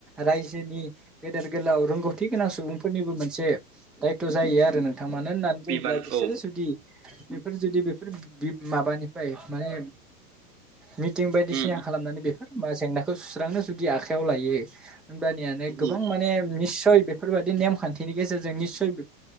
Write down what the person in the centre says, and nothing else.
रायज जोनि गेदेर गोलाव रोंगौथि गोनां सुबुंफोरनिबो मोन से दायथ जायो आरो नोंथां मानो होननानै बुङोब्ला
बिसोरो
जुदि बेफोर जुदि बेफोर बि माबानि बाय माने मिटिं बायदिसिना
खालामनानै बेफोर मा जेंनाखौ सुस्रांनो जुदि आखा आखायाव लायो ओम बानियानो गोबां
माने निसय बेफोरबबायदि नेमखान्थिनि गेजेरजों निस्सय